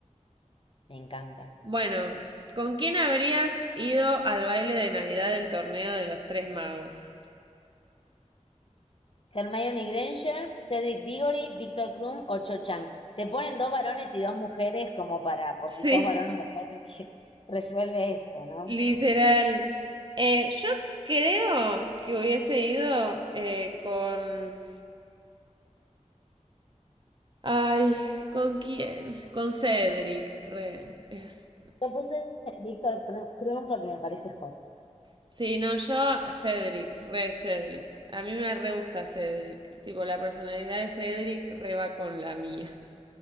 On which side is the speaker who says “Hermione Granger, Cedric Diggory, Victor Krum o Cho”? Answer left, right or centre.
Left